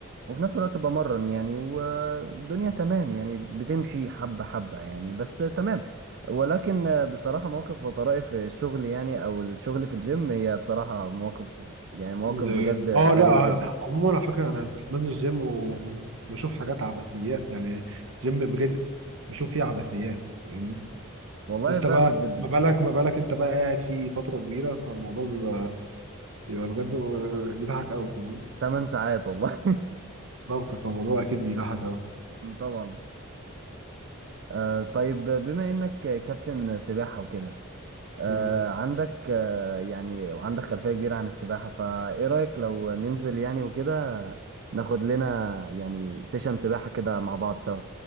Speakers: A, on the right; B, on the right.
A: وفي نفس الوقت بمرن يعني والدنيا تمام يعني بتمشي حبة حبة يعني بس تمام ولكن آه، بصراحة مواقف وطرائف الشغل يعني أو الشغل في الجيم هي بصراحة مواقف يعني مواقف
B: زي
A: بجد غريبة
B: اه لا آه،
A: جدا
B: عموما على فكره انا بنزل الجيم وبشوف حاجات عبثيات يعني الجيم بجد بشوف فيه عبثيات فاهمني
A: والله
B: انت
A: فاهمك
B: بقى
A: جدا
B: ما بالك ما بالك انت بقى قاعد فيه فترة كبيرة فالموضوع بيبقى بيبقى بجد بيضحك قوي فاهم
A: 8 ساعات والله
B: ضغط فالموضوع اكيد بيضحك قوي
A: <laughs> طبعا آه طيب بما إنك كابتن سباحة وكده آه
B: مم.
A: عندك آه يعني عندك خلفية كبيرة عن السباحة فإيه رأيك لو ننزل يعني وكده ناخد لنا يعني سيشن سباحة كده مع بعض سوا